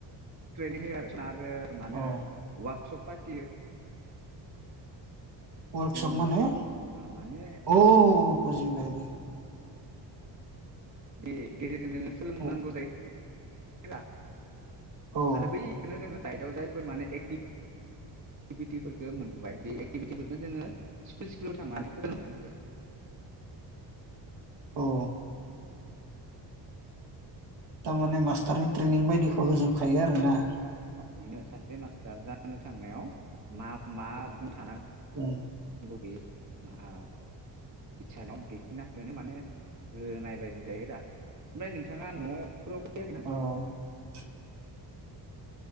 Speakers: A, on the right (about 40°); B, on the right (about 60°).
A: ट्रेनिं होयो आरो <unintelligible> मानो
B: औ
A: वर्कशप थियो।
B: वर्कशप
A: जों
B: मने
A: माने
B: अ बजि बाय दे।
A: <unintelligible> गेजेरजों जोङो सोलोंनांगौ
B: औ
A: जायो। <unintelligible>
B: औ
A: आरो बैखोनो जोङो दाइदआव जायफोर माने एक्टिभिटिफोरखो मोनग्रोबाय बे एक्टिभिटिफोरखो जोङो स्कुल स्कुलाव थांनानै फोरोंहैनांगौ जायो।
B: औ। थारमाने मास्टारनि ट्रेनिं बायदिखौ होजोब थायो आरोना।
A: बिनो सासे मास्टार जानो थांनायाव मा मा गुन थानां
B: <unintelligible>
A: बबे आ इसानाव बेखिनाखोनो माने होनाय बायदि जायो रा ओमफ्राय नोंथाङा न'फोराव फैयाखैना
B: औ न' <unintelligible>